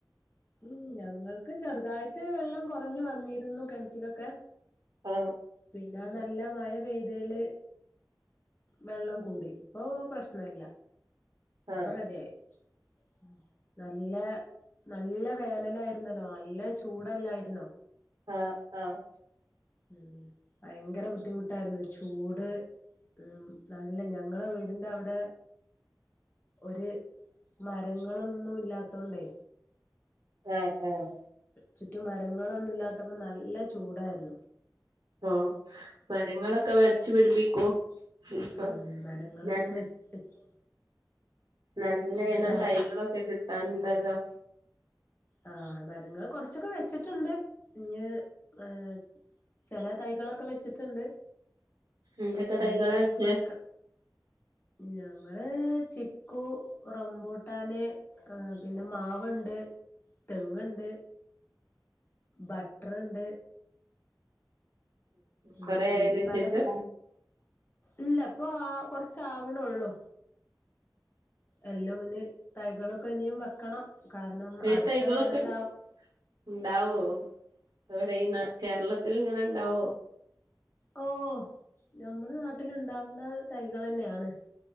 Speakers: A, on the left; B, on the right.
A: ഉംഹ് ഞങ്ങൾക്ക് ചെറുതായിട്ട് വെള്ളം കൊറഞ്ഞു വന്നിരുന്നു കെൺറ്റിലൊക്കെ.
B: ആ
A: പിന്നെ നല്ല മഴ പെയ്തേല് വെള്ളം കൂടി ഇപ്പൊ പ്രശ്നല്ല
B: ആ
A: ഇപ്പൊ
B: ആ
A: റെഡ്യായി. ഉം നല്ല നല്ല വേനലായിരുന്നല്ലോ നല്ല ചൂടല്ലായിരുന്നോ?
B: ആഹ് ആഹ്
A: ഉം ഭയങ്കര ബുദ്ധിമുട്ടായിരുന്നു ചൂട് ഉം നല്ല ഞങ്ങളെ വീടിന്റെ അവടെ ഒരു മരങ്ങളൊന്നും ഇല്ലാത്തോണ്ടേ
B: ആഹ് ആഹ്
A: ചുറ്റു മരങ്ങളൊന്നും ഇല്ലാത്തപ്പോ നല്ല ചൂടായിരുന്നു
B: ഓ മരങ്ങളൊക്കെ വെച്ച് പിടിപ്പിക്കൂ ഇപ്പൊ
A: ഉം മരങ്ങള്
B: ന
A: വെ വെച്ച്
B: നല്ല ഇന
A: മരങ്ങൾ
B: തൈകളൊക്കെ കിട്ടാൻണ്ടല്ലോ
A: ആ മരങ്ങൾ കൊറച്ചൊക്കെ വെച്ചിട്ടുണ്ട് ഇഞ് ഏ ചില തൈകളൊക്കെ വെച്ചിട്ടുണ്ട്
B: എന്തെക്ക
A: ഇഞ്ഞ്
B: തൈകളച്ച
A: വെക്ക ഞങ്ങള് ചിക്കു റമ്പൂട്ടാന ആ പിന്നെ മാവുണ്ട് തെങ്ങ്ണ്ട് ബട്ടർണ്ട് അങ്ങനെ
B: കൊറേ ആയോ വെച്ചിട്ട്
A: പലത ഇല്ല ഇപ്പൊ ആ കൊറച്ച ആ ണോ ഉള്ളൂ എല്ലാം ഇന് തൈകളൊക് ഇപ്പൊ ഇനിയും വെക്കണം കാരണം
B: ഈ
A: അടുത്ത
B: തൈകളൊക്കെ
A: വേനല
B: ഉണ്ടാവോ എവിടെ ഈ കേരളത്തിൽ ഇങ്ങനെ ഇണ്ടാവോ
A: ഓ നമ്മുടെ നാട്ടിലുണ്ടാക്കുന്ന തൈകൾ തന്നെയാണ്